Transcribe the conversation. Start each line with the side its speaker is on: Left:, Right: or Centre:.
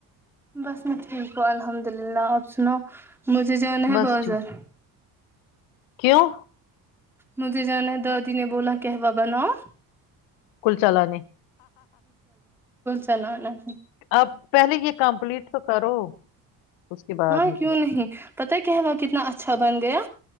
Centre: بس میں ٹھیک ہ الحمد للہ آپ سنو مجھے جانا ہے
Left: بس
Centre: بازار
Left: ٹھیک کیوں
Centre: مجھے جانا ہے دادی نے بولا کہوہ بناؤ
Left: کلچال نے
Centre: سلا
Left: اب پہلے یہ کمپلیٹ تو کرو اس کے بعد
Centre: ہاں
Left: نکلو
Centre: کیوں نہیں پت کیا ہوا کتنا اچھا بن گیا